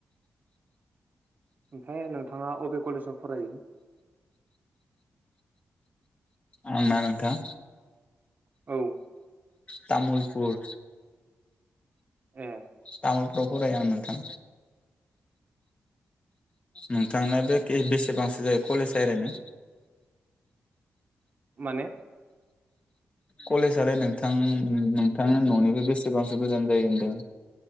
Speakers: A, on the right; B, on the left.
A: ओमफ्राय नोंथाङा अबे कलेजाव फरायो?
B: आंना नोंथां।
A: औ।
B: तामुलपुर।
A: ए
B: तामुल राव फरायो आं नोंथां। नोंथांनाबो खेबेसे बांसो जायो कलेजआ ओरैयनो?
A: माने
B: कलेजालै नोंथां। उम नोंथांआ न'निफ्राय बेसेबांसो गोजान जायो होनदों।